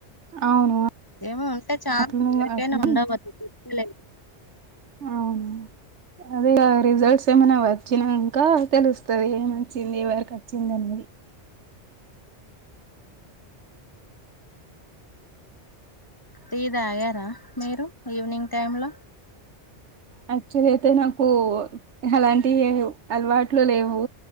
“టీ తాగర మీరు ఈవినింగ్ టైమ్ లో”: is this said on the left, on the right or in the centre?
Left